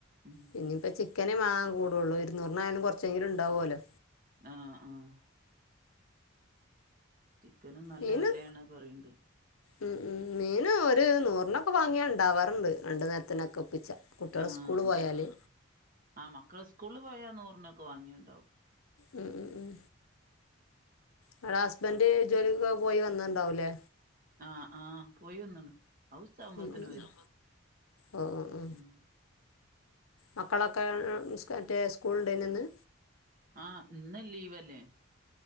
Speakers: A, on the right; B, on the left.
A: ഉം
B: പിന്നെ ഇപ്പ ചിക്കന് വാങ്ങാൻ കൂടുള്ളൂ ഇരുന്നൂറിനായാലും കുറച്ചെങ്കിലുംണ്ടാവുമല്ലോ
A: ആഹ് ആഹ് ചിക്കനും നല്ല
B: മീന്
A: വിലയാണ് പറയണ്ട്
B: ഉം ഉം മീൻ ഒരു നൂറിനൊക്കെ വാങ്ങിയാ ണ്ടാവാറുണ്ട്. രണ്ടു നേരത്തിനൊക്കെ ഒപ്പിച്ചാ. കുട്ടിയാള്
A: ആഹ്
B: സ്കൂള് പോയാല്
A: ആഹ് മക്കൾ സ്കൂളിൽ പോയാൽ നൂറിനൊക്കെ വാങ്ങിയണ്ടാവും
B: ഉം ഉം ഉം അവിടെ ഹസ്ബൻറ് ജോലിക്ക് പോയി വന്ന്ണ്ടാവൂല്ലേ
A: ആഹ് ആഹ് പോയി ഒന്നീണ് അവ്ച്ച ആഉമ്പത്തിന്
B: ഉം ഉം
A: വരും
B: ഉം ഓ ഓ ഓ
A: ഉം
B: മക്കളൊക്കെ മറ്റേ സ്കൂളിണ്ടേന്യോന്ന്
A: ആഹ് ഇന്ന് ലീവല്ലേ